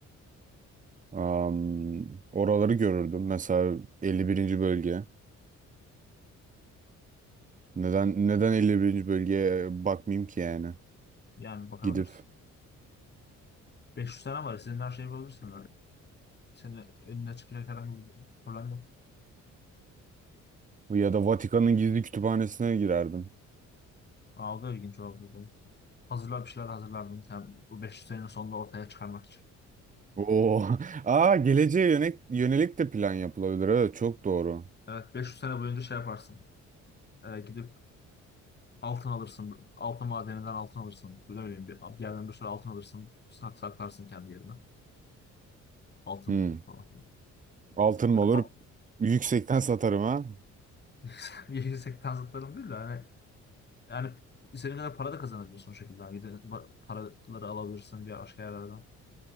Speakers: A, on the right; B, on the left.
A: Am, oraları görürdüm. Mesela 51. bölge. Neden neden 51. bölgeye bakmayayım ki yani?
B: Yani bakabilirsin.
A: Gidip
B: 500 tane var. Senin her şeyi bulabilirsin. böyle. Senin önüne çıkacak herhangi bir problem yok.
A: ya da Vatikan'ın gizli kütüphanesine girerdim.
B: Algı ilginç olabilir. Hazırlar bir şeyler hazırlardım. Sen bu 500 senenin sonunda ortaya çıkarmak için.
A: Oo. <laughs> Aa, geleceğe yönelik, yönelik de plan yapılabilir. Evet, çok doğru.
B: Evet, 500 sene boyunca şey yaparsın. Ee, gidip altın alırsın. Altın madeninden altın alırsın. Ne bileyim bir, bir yerden bir sürü altın alırsın. Sak saklarsın kendi yerine. Altın
A: Hmm.
B: mı olur falan. filan.
A: Altınım
B: Böyle
A: olur.
B: ba-
A: Yüksekten satarım ha.
B: <laughs> yüksek tanzıtlarım değil de hani Yani senin kadar para da kazanabilirsin o şekilde. Yani gidip ba- paraları alabilirsin bir başka yerlerden.